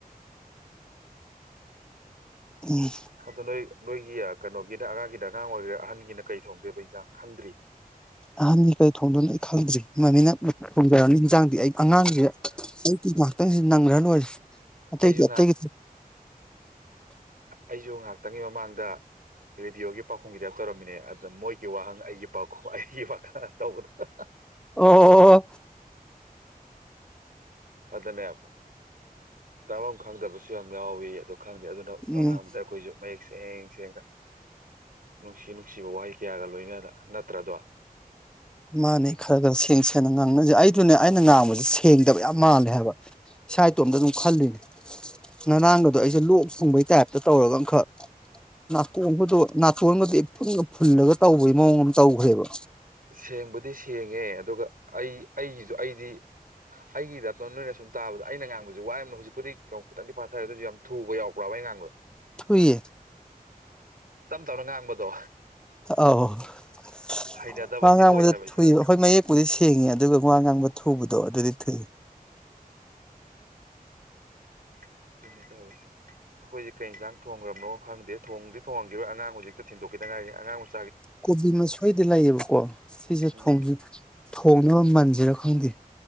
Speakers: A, in the centre; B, on the right.
A: ꯎꯝ
B: ꯑꯗꯣ ꯅꯣꯏ ꯅꯣꯏꯒꯤ ꯀꯩꯅꯣꯒꯤꯅ ꯑꯉꯥꯡꯒꯤꯅ ꯑꯉꯥꯡ ꯑꯣꯏꯒꯦꯔꯥ ꯑꯍꯟꯒꯤꯅ ꯀꯩ ꯊꯣꯡꯗꯣꯏꯕ ꯏꯟꯖꯥꯡ ꯈꯪꯗ꯭ꯔꯤ
A: ꯑꯍꯟꯒꯤ ꯀꯔꯤ ꯊꯣꯡꯗꯣꯏꯅ ꯑꯩ ꯈꯪꯗ꯭ꯔꯤ ꯃꯅꯤꯅ ꯊꯣꯡꯖꯔꯛꯅꯤ ꯍꯟꯖꯥꯡꯗꯤ ꯑꯩ ꯑꯉꯥꯡꯁꯤ ꯑꯩꯒꯤ ꯉꯥꯏꯍꯥꯛꯇꯪꯁꯤ ꯅꯪꯈ꯭ꯔ ꯂꯣꯏꯔꯦ ꯑꯇꯩꯒꯤꯗꯤ
B: ꯑꯩꯁꯨ ꯉꯍꯥꯛ
A: ꯑꯇꯩꯒꯤ
B: ꯑꯩꯁꯨ ꯉꯥꯏꯍꯥꯛꯇꯪꯒꯤ ꯃꯃꯥꯡꯗ ꯔꯦꯗꯤꯑꯣꯒꯤ ꯄꯥꯎꯈꯨꯝꯒꯤꯇꯥꯏꯞ ꯇꯧꯔꯝꯃꯤꯅꯦ ꯑꯗꯨꯗ ꯃꯣꯏꯒꯤ ꯋꯥꯍꯪ ꯑꯩꯒꯤ ꯄꯥꯎꯈꯨꯝ ꯑꯩꯒꯤ ꯇꯧꯕꯗ
A: ꯑꯣ
B: ꯑꯗꯨꯅꯦ ꯇꯥꯐꯝ ꯈꯪꯗꯕꯁꯨ ꯌꯥꯝ ꯌꯥꯎꯋꯤ ꯑꯗꯨ ꯈꯪꯗꯦ ꯑꯗꯨꯅ ꯋꯥ
A: ꯎꯝ
B: ꯉꯥꯡꯕꯗ ꯑꯩꯈꯣꯏꯁꯨ ꯃꯌꯦꯛ ꯁꯦꯡ ꯁꯦꯡꯅ ꯅꯨꯡꯁꯤ ꯅꯨꯡꯁꯤꯕ ꯋꯥꯍꯩ ꯀꯌꯥꯒ ꯂꯣꯏꯅ ꯅꯠꯇ꯭ꯔꯗꯣ
A: ꯃꯥꯅꯦ ꯈꯔ ꯈꯔ ꯁꯦꯡ ꯁꯦꯡꯅ ꯉꯥꯡꯅꯁꯦ ꯑꯩꯗꯨꯅꯦ ꯑꯩꯅ ꯉꯥꯡꯕꯁꯦ ꯁꯦꯡꯗꯕ ꯌꯥꯝ ꯃꯥꯜꯂꯦ ꯍꯥꯏꯕ ꯏꯁꯥꯥꯏꯇꯣꯝꯇ ꯑꯗꯨꯝ ꯈꯜꯂꯤꯅꯦ ꯉꯔꯥꯡꯒꯗꯣ ꯑꯩꯁꯦ ꯂꯣꯛ ꯊꯨꯡꯕꯒꯤ ꯇꯥꯏꯞꯇ ꯇꯧꯔꯒ ꯑꯃꯈꯛ ꯅꯥꯇꯣꯟꯕꯗꯣ ꯅꯥꯇꯣꯟꯒꯗꯤ ꯐꯨꯟꯒ ꯐꯨꯜꯂꯒ ꯇꯧꯕꯒꯤ ꯃꯑꯣꯡ ꯑꯃ ꯇꯧꯈ꯭ꯔꯦꯕ
B: ꯁꯦꯡꯕꯨꯗꯤ ꯁꯦꯡꯉꯦ ꯑꯗꯨꯒ ꯑꯩ ꯑꯩꯒꯤꯁꯨ ꯑꯩꯗꯤ ꯑꯩꯒꯤ ꯗꯞꯇ ꯅꯣꯏꯅ ꯁꯨꯝ ꯇꯥꯕꯗ ꯑꯩꯅ ꯉꯥꯡꯕꯁꯤ ꯋꯥꯌꯥꯝꯅꯥ ꯍꯧꯖꯤꯛꯄꯨꯗꯤ ꯀꯩꯅꯣ ꯈꯤꯇꯪꯗꯤ ꯐꯥꯊꯔꯦ ꯑꯗꯨꯁꯨ ꯌꯥꯝ ꯊꯨꯕ ꯌꯥꯎꯕ꯭ꯔꯕ ꯑꯩ ꯉꯥꯡꯕꯗ
A: ꯊꯨꯏꯑ
B: ꯇꯞ ꯇꯞꯅ ꯉꯥꯡꯕꯗꯣ
A: ꯑꯣꯌ
B: ꯍꯩꯅꯗꯕ ꯑꯃꯗꯤ
A: ꯑꯉꯥꯡꯕꯗ
B: ꯑꯣꯏ ꯍꯥꯏꯕ
A: ꯊꯨꯏꯕ
B: ꯏꯁꯥꯗ
A: ꯑꯩꯈꯣꯏ ꯃꯌꯦꯛꯄꯨꯗꯤ ꯁꯦꯡꯉꯦ ꯑꯗꯨꯒ ꯋꯥ ꯉꯥꯡꯕ ꯊꯨꯕꯗꯣ ꯑꯗꯨꯗꯤ ꯊꯨꯏ
B: ꯑꯗꯨ ꯇꯧꯔꯤꯁꯦ ꯑꯩꯈꯣꯏꯁꯦ ꯀꯩ ꯌꯦꯟꯁꯥꯡ ꯊꯣꯡꯈ꯭ꯔꯕꯅꯣ ꯈꯪꯗꯦ ꯊꯣꯡꯗꯤ ꯊꯣꯡꯉꯟꯈꯤꯔꯣꯏ ꯑꯉꯥꯡ ꯍꯧꯖꯤꯛꯇ ꯊꯤꯟꯗꯣꯛꯈꯤꯗꯉꯥꯏꯅꯤ ꯑꯉꯥꯡꯖꯤꯛ
A: ꯀꯣꯕꯤ ꯃꯁꯣꯏꯗꯤ ꯂꯩꯌꯦꯕꯀꯣ ꯁꯤꯁꯦ
B: ꯎꯝ
A: ꯊꯣꯡꯅꯕ ꯃꯜꯁ ꯁꯤꯔ ꯈꯪꯗꯦ